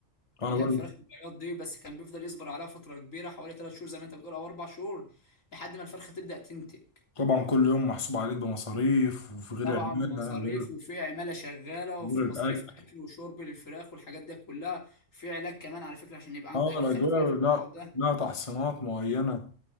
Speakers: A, on the left (about 25°); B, on the left (about 85°).
A: أنا
B: اللي
A: بقى
B: هي الفراخ البياض دي بس كان بيفضل يصبر عليها فتره كبيره حوالي ثلاث شهور زي ما انت بتقول او اربع شهور لحد ما الفرخه تبدا تنتج
A: طبعا كل يوم محسوب عليك بمصاريف وفي غير
B: طبعا
A: العمالة
B: مصاريف
A: غير
B: وفي عماله شغاله
A: غير
B: وفي مصاريف
A: الأكل
B: اكل وشرب للفراخ والحاجات دي كلها في علاج كمان على فكره عشان يبقى عندك
A: اه الأجواء
B: خلفيه في
A: لا
B: الموضوع ده
A: لا تحصينات معينة